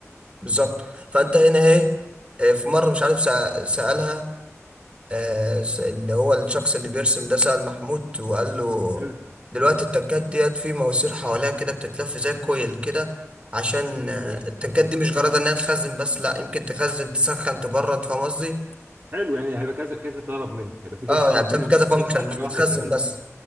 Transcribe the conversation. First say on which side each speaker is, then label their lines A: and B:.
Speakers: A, on the right; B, on the right.
A: بالظبط فانت هنا ايه آه، في مره مش عارف سأ- سالها آه، س- اللي هو الشخص اللي بيرسم ده سأل محمود وقال له
B: حلو
A: دلوقتي التنكات ديت في مواسير حواليها كده بتتلف زي كويل كده عشان آه،
B: يعني
A: التنكات دي مش جرادة انها تخزن بس لا يمكن تخزن تسخن تبرد فاهم قصدي؟
B: حلو يعني هيبقى كذا كذا طلب منها هيبقى في كذا
A: اه
B: طلب
A: يعني بتعمل
B: منها مش
A: كذا
B: هتبقى
A: فانكشن
B: لسه على
A: مش
B: حاجه
A: بتخزن
B: واحده بتعملها
A: بس